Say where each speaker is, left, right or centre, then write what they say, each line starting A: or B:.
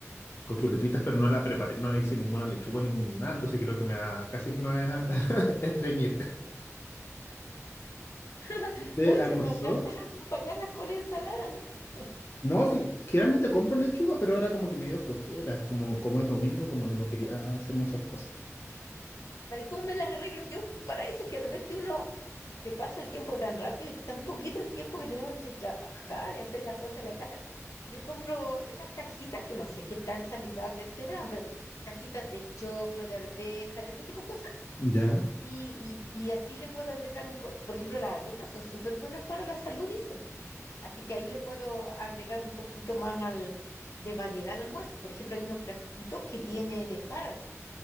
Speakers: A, on the left; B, on the left.
A: con chuletitas, pero no la preparé, no le hice ninguna lechuga, ninguna nada, entonces creo que me va, casi que me va a dejar <laughs> estreñir.
B: <laughs>
A: ¿Usted
B: Pucha,
A: almorzó?
B: no alcanzas a acompañarlas con ensalada, ¿no? <laughs>
A: No, sí, generalmente compro lechuga, pero ahora como que me dio flojera, como, como es domingo, como que no quería
B: Ya.
A: hacer muchas cosas.
B: ¿Sabes cómo me las arreglo yo? Para eso que de repente uno se pasa el tiempo tan rápido y tan poquito el tiempo que tenemos entre trabajar y hacer las cosas en la casa. Yo compro esas cajitas que no sé qué tan saludables serán, pero cajitas de choclo, de arvejas, de ese tipo de cosas
A: Ya.
B: Y, y, y así le puedo agregar un po- por ejemplo, las arvejas son súper buenas para la salud, dicen. Así que ahí le puedo agregar un poquito más al, de variedad al almuerzo. Por ejemplo, hay unos frasquitos que tienen espárragos